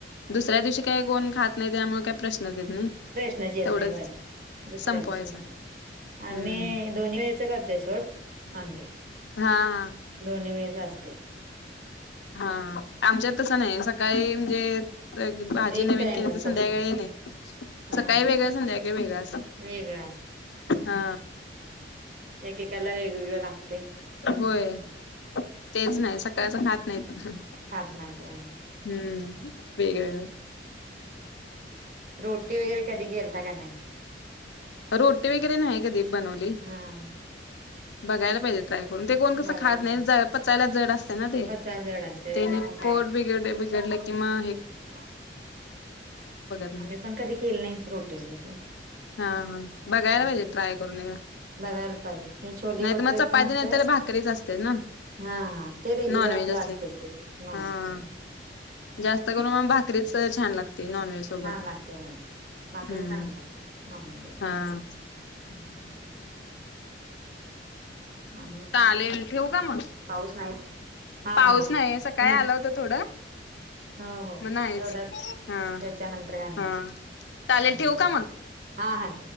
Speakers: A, on the left; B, on the right.
A: दुसऱ्या दिवशी काही कोण खात नाही त्यामुळ काही प्रश्न येत नाही?
B: प्रश्नच येत
A: तेवढंच
B: नाही वय दुसऱ्या
A: संपवायचा
B: दिवशी नाही आम्ही
A: हम्म
B: दोन्ही वेळच करतय सोड आणल की.
A: हा हा
B: दोनही वेळच असतय.
A: हा आमच्यात तसं नाही सकाळी म्हणजे? भाजी
B: एक
A: नवीन
B: टाइमच
A: केली तर संध्याकाळी
B: फक्त
A: नाही
B: हा
A: सकाळी वेगळ संध्याकाळी वेगळ असं
B: वेगळा
A: हा
B: एकेकाला वेगवेगळ लागतय.
A: होय तेच नाही सकाळचा खात नाही.
B: खात नाहीत होय.
A: हम्म वेगवेगळ.
B: रोटी वगैरे कधी केलता का नाही.
A: रोटी वगैरे नाही कधी बनवली.
B: हा
A: बघायला पाहिजे ट्राय करून ते कोण कसं
B: बघायला
A: खात नाही. पचायला जड असते ना ते
B: पचाल जड असते त्याच्यामुळे
A: त्यानी पोट बिघ बिघडले कि म
B: हो
A: नाही.
B: आम्ही पण कधी केलं नाही रोटी वैगेरे सोड.
A: हा हा बघायला
B: हा
A: पाहिजे ट्राय करून एकदा.
B: बघायला पाहिजे हे छोले
A: नाही
B: भटुरे
A: तर मग चपाती
B: तेन असतय
A: नाही तर भाकरीच असते ना
B: हा हा ते रेग्युलर
A: नॉनव्हेज
B: आपलं
A: असले
B: असतच
A: की
B: ते नॉनव्हेज
A: हा.
B: मध्ये.
A: जास्त करून मग भाकरीच छान लागते नॉनव्हेज- सोबत
B: छान लागते भाकरी
A: हम्म
B: चांगली लागते नॉनव्हेज. बरोबर
A: हा
B: हम्म. आणि मग काय
A: चालेल ठेवु का मग
B: पाऊस नाही हा
A: पाऊस
B: हा हा
A: नाही सकाळी
B: नंतर
A: आलं होतं थोडं.
B: हो हो
A: मग नायच
B: तेवढाच
A: हा
B: त्याच्यानंतर काय नाही
A: हा चालेल
B: हा
A: ठेवू
B: हा
A: का मग.
B: हा हां